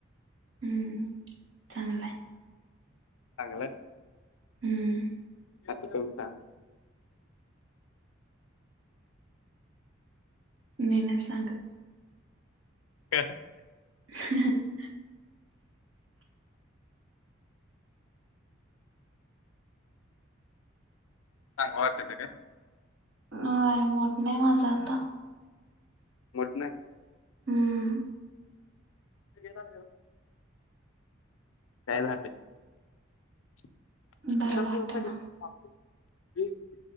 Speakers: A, on the right; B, on the left.
A: हंम चांगलं हाय.
B: चांगलं.
A: हम्म.
B: आता तुम्ही सांगा?
A: मी नाय सांगत.
B: ह. <unintelligible>
A: <unintelligible>
B: सांग वाटप आहे. <unintelligible>
A: हा मूड नाय माझा आता.
B: मूड नाय.
A: हम्.
B: कादा ह. <unintelligible>
A: बरं वाटना.